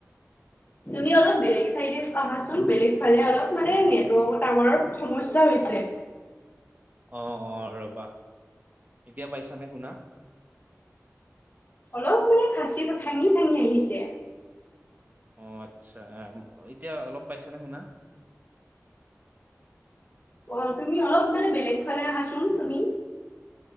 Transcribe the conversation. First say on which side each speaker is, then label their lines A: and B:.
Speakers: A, on the left; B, on the right.
A: তুমি অলপ বেলেগ চাইডে অহাচোন বেলেগ ফালে অলপ মানে নেটৱৰ্কৰ টাৱাৰ সমস্যা হৈছে।
B: অঁ অঁ, ৰবা এতিয়া পাইছানে শুনা?
A: অলপ মানে ফাঁচি ভাঙি ভাঙি আহিছে।
B: অঁ, আচ্ছা এতিয়া অলপ পাইছানা শুনা?
A: অঁ তুমি অলপ মানে বেলেগ ফালে আহাচোন তুমি?